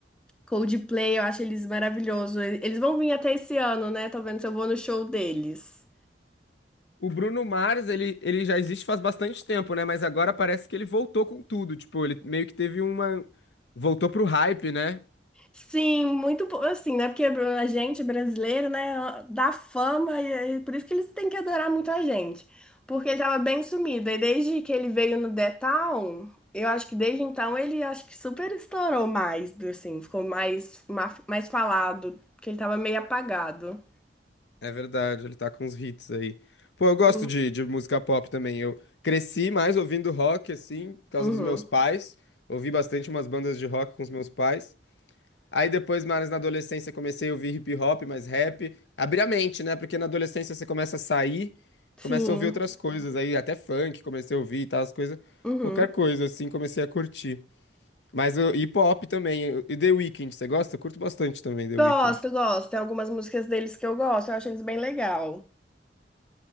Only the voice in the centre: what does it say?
Coldplay eu acho eles maravilhosos. Eles vão vir até esse ano, né? Tô vendo se eu vou no show deles.
Sim, muito po- assim, né? Porque a gente brasileiro, né, dá fama e, e por isso que eles têm que adorar muito a gente. Porque ele tava bem sumido. E desde que ele veio no The Town, eu acho que desde então ele acho que super estourou mais, do- assim, ficou mais, ma- mais falado, porque ele tava meio apagado.
Sim.
Uhum.
Sim.
Uhum.
Gosto,
gosto. Tem algumas músicas deles que eu gosto, eu acho eles bem legal.